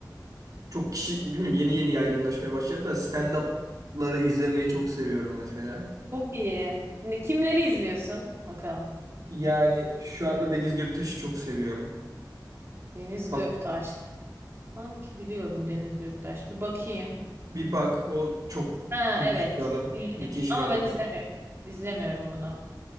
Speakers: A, on the right; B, on the right.
A: çok kişi bilmiyorum yeni yeni yaygınlaşmaya başladı da stand-up'ları izlemeyi çok seviyorum mesela.
B: Çok iyi. Ne, kimleri izliyorsun? Bakalım.
A: Yani şu anda Deniz Göktaş'ı çok seviyorum.
B: Deniz
A: Bak
B: Göktaş. Sanki biliyorum Deniz Göktaş. Bir bakayım.
A: bir bak o çok
B: Ha
A: müthiş
B: evet.
A: bir adam.
B: Bildim.
A: Müthiş
B: Ama
A: bir adam.
B: ben izlemiyorum. İzlemiyorum bunu.